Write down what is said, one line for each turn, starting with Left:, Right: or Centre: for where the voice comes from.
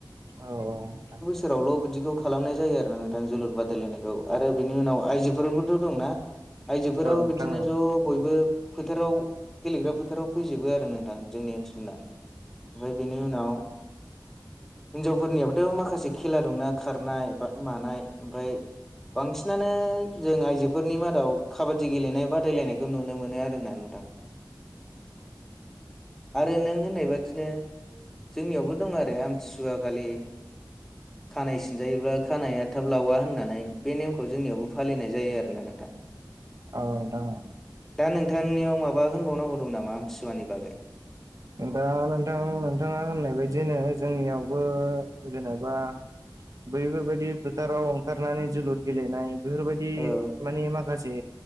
Right: औ औ नोंथां
Centre: फोरावल' बिदिखौ खालामनाय जायो आरोना नोंथां जोलुर बादायलायनायखौ आरो बिनि उनाव आइजो फोराबोथ' दंना आइजोफोराबो
Right: नोंथां
Centre: बिदिनो
Right: औ नोंथां
Centre: ज' बयबो फोथाराव गेलेग्रा फोथाराव फैजोबो आरो नोंथां जोंनि ओनसोलना ओमफ्राय बेनि उनाव हिनजावफोरनियाबोथ' माखासे खेला दंना खारनाय बा मानाय ओमफ्राय बांसिनानो जों आइजोफोरनि मादाव खाबादि गेलेनाय बादायलायनायखौ नुनो मोनो आरोना नोंथां आरो नों होननाय बादिनो जोंनियावबो दं आरो आमथिसु- वा खालि खानाय सिनजायोब्ला खानाया थाब लावा होननानै बे नेमखौ जोंनियावबो फालिनाय जायो आरोना नोंथां
Right: औ दङ'
Centre: दा नोंथांनियाव माबा होनबावनांगौ दं नामा आमथिसुवानि बागै
Right: दा नोंथां नोंथाङा होननाय बायदिनो जोंनियावबो जेनेबा
Centre: <inaudible>
Right: बैफोरबायदि फोथाराव खारनानै जोलुर गेलेनाय बेफोरबायदि
Centre: औ
Right: मानि माखासे